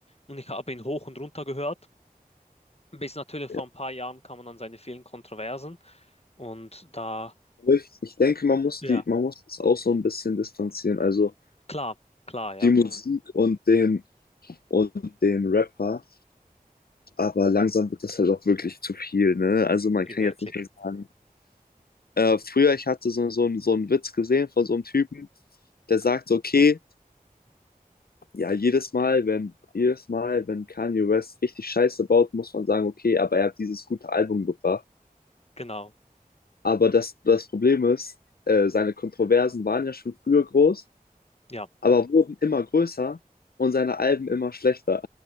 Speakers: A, on the left; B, on the left.
A: Und ich habe ihn hoch und runter gehört. Bis natürlich
B: ja.
A: vor ein paar Jahren kam man an seine vielen Kontroversen. Und da,
B: Aber ich, ich denke, man muss
A: ja,
B: die, man muss das auch so ein bisschen distanzieren. Also
A: klar, klar, ja,
B: die Musik und den und dem Rapper. Aber langsam wird das halt auch wirklich zu viel, ne? Also man
A: wirklich.
B: kann jetzt nicht mehr sagen. Äh, früher, ich hatte so, so, so so einen Witz gesehen von so einem Typen, der sagt, okay, ja, jedes Mal, wenn, jedes Mal, wenn Kanye West richtig Scheiße baut, muss man sagen, okay, aber er hat dieses gute Album gebracht.
A: Genau,
B: Aber das, das Problem ist, äh, seine Kontroversen waren ja schon früher groß,
A: ja.
B: aber wurden immer größer und seine Alben immer schlechter.